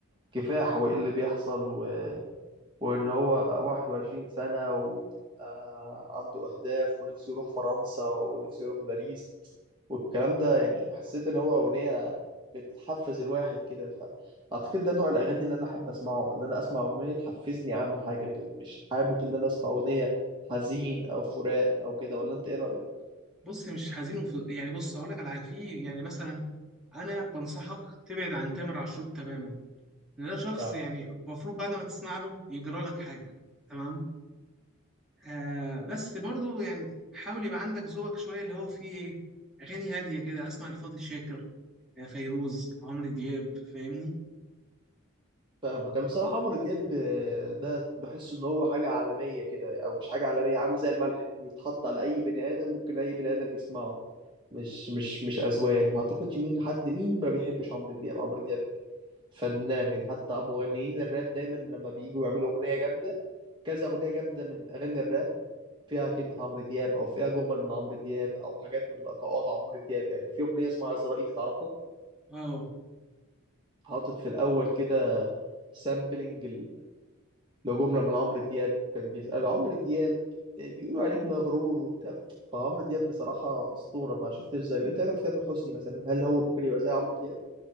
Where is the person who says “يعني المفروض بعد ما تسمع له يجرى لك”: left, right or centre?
Centre